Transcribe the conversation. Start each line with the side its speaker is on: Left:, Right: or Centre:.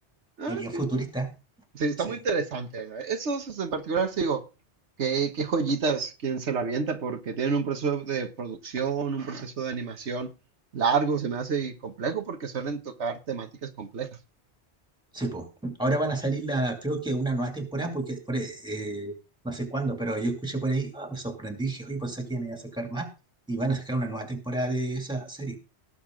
Right: Ah,
Centre: Es bien
Right: ti-
Centre: futurista,
Right: Sí, está
Centre: sí.
Right: muy interesante. ¿no? Esos esos en particular, sí digo, qué, qué joyitas quien se lo avienta, porque tienen un proceso de producción, un proceso de animación largo, se me hace y complejo porque suelen tocar temáticas complejas.
Centre: Sí, po. Ahora van a salir la, creo que una nueva temporada, porque por, eh, no sé cuándo, pero yo escuché por ahí, ah, me sorprendí, dije, oye, pues aquí van a sacar más y van a sacar una nueva temporada de esa serie.